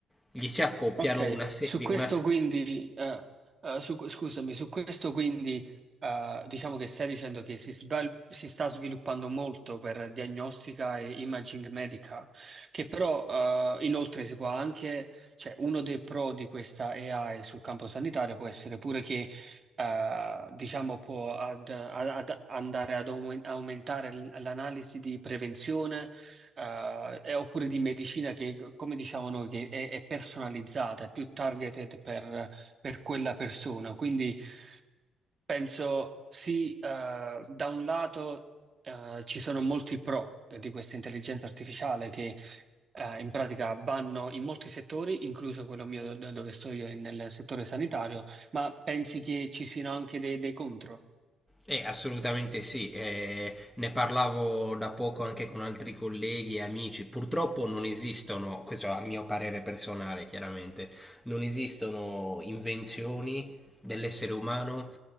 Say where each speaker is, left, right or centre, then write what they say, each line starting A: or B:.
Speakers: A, in the centre; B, on the right.
A: gli si accoppiano
B: Ok,
A: una, se-
B: su questo
A: una s-
B: quindi, eh, eh, su- scusami, su questo quindi eh, diciamo che stai dicendo che si, sval- si sta sviluppando molto per diagnostica e imaging medica, che però eh, inoltre si può anche, cioè uno dei pro di questa AI sul campo sanitario può essere pure che eh, diciamo può ad- ad- ad- andare ad aumen- aumentare l- l'analisi di prevenzione eh, e oppure di medicina che, come diciamo noi, che è, è personalizzata, è più targeted per, per quella persona. Quindi penso sì, eh, da un lato eh, ci sono molti pro di questa intelligenza artificiale che eh, in pratica vanno in molti settori, incluso quello mio da dove sto io, in- nel settore sanitario, ma pensi che ci siano anche dei, dei contro?
A: Eh, assolutamente sì, eh, ne parlavo da poco anche con altri colleghi e amici. Purtroppo non esistono, questo a mio parere personale, chiaramente, non esistono invenzioni dell'essere umano